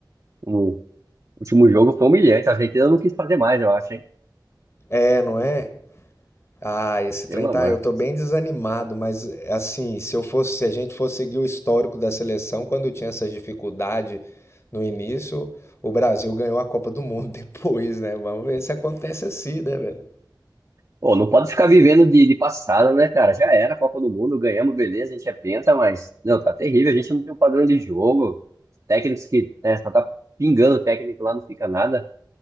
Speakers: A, on the right; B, on the left.
A: No último jogo foi humilhante. A Argentina não quis fazer mais, eu acho, hein?
B: É, não é? Ah, esse
A: Pelo
B: trem tá.
A: amor.
B: Eu tô bem desanimado, mas assim, se eu fosse, se a gente fosse seguir o histórico da seleção, quando tinha essas dificuldades no início, o Brasil ganhou a Copa do Mundo <laughs> depois, né? Vamos ver se acontece assim, né, velho?
A: Pô, não pode ficar vivendo de, de passado, né, cara? Já era a Copa do Mundo, ganhamos, beleza, a gente é penta, mas, não, tá terrível, a gente não tem um padrão de jogo. Técnicos que, né, só tá pingando o técnico lá, não fica nada.